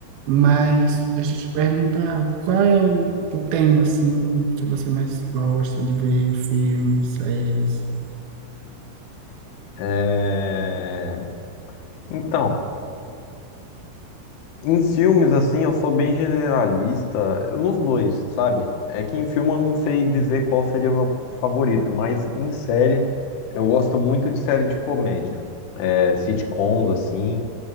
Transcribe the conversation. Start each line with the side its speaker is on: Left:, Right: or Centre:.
Right: mas deixa eu te perguntar, qual é o, o tema, assim, que você mais gosta de ver, filmes, séries?
Left: É... Então. Em filmes, assim, eu sou bem generalista nos dois, sabe? É que em filme eu não sei dizer qual seria o meu favorito, mas em série eu gosto muito de série de comédia. É, sitcoms, assim,